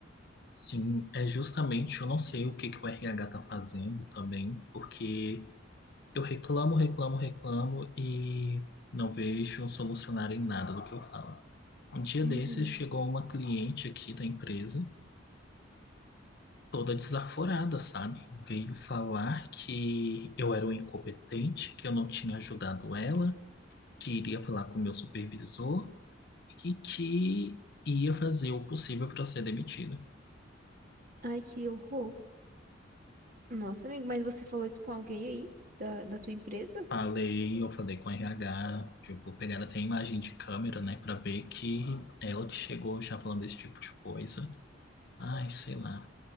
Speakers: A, on the left; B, on the right.
A: Sim, é justamente, eu não sei o que que o RH tá fazendo também, porque eu reclamo, reclamo, reclamo e não vejo solucionar em nada do que eu falo. Um dia
B: Uhum.
A: desses chegou uma cliente aqui da empresa, toda desaforada, sabe? Veio falar que eu era um incompetente, que eu não tinha ajudado ela, que iria falar com o meu supervisor e que ia fazer o possível para eu ser demitido.
B: Ai, que horror. Nossa, amigo, mas você falou isso com alguém aí da, da tua empresa?
A: Falei, eu falei com o RH, tipo, pegaram até a imagem de câmera, né, para ver que ela que chegou já falando desse tipo de coisa. Ai, sei lá,